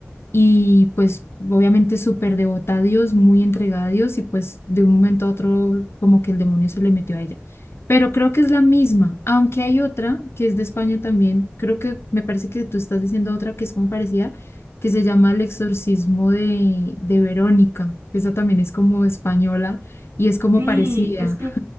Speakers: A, on the left; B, on the right.
A: y pues obviamente súper devota a Dios, muy entregada a Dios y pues de un momento a otro como que el demonio se le metió a ella. Pero creo que es la misma, aunque hay otra que es de España también, creo que me parece que tú estás diciendo otra que es como parecida, que se llama El exorcismo de, de Verónica, esa también es como española y es como
B: Sí,
A: parecida.
B: es que